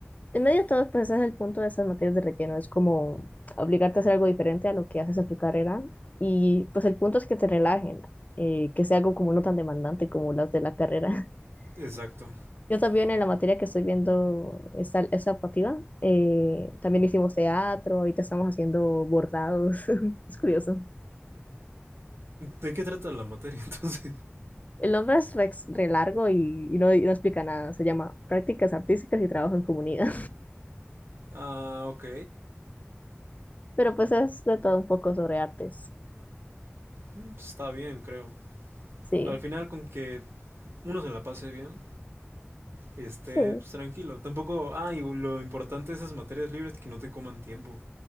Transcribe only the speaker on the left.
En medio de todo, pues ese es el punto de esas materias de relleno, es como obligarte a hacer algo diferente a lo que haces en tu carrera y pues el punto es que te relajen, eh, que sea algo como no tan demandante como las de la carrera.
<laughs> Yo también en la materia que estoy viendo esta, esta optativa, eh, también hicimos teatro, ahorita estamos haciendo bordados, <laughs> es curioso.
El nombre es re, re largo y, y no, y no explica nada, se llama Prácticas Artísticas y Trabajo en Comunidad,
<laughs> pero pues es de todo un poco sobre artes,
sí,
sí,